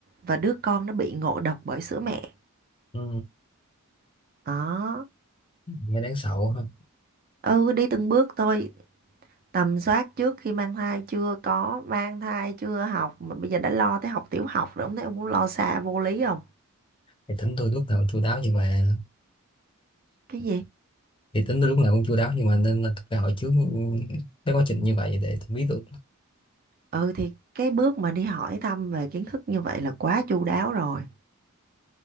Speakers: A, on the right; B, on the left.
A: và đứa con nó bị ngộ độc bởi sữa mẹ.
B: ừ,
A: Đó.
B: nghe đáng sợ quá ha
A: Ừ, đi từng bước thôi. Tầm soát trước khi mang thai chưa có, mang thai chưa học mà bây giờ đã lo tới học tiểu học rồi, không thấy ông cũng lo xa vô lý không?
B: thì tính tôi lúc nào cũng chu đáo nhưng mà
A: Cái gì?
B: thì tính tôi lúc nào cũng chu đáo nhưng mà nên là tôi phải hỏi trước ừ, cái quá trình như vậy để tôi biết được
A: Ừ thì cái bước mà đi hỏi thăm về kiến thức như vậy là quá chu đáo rồi.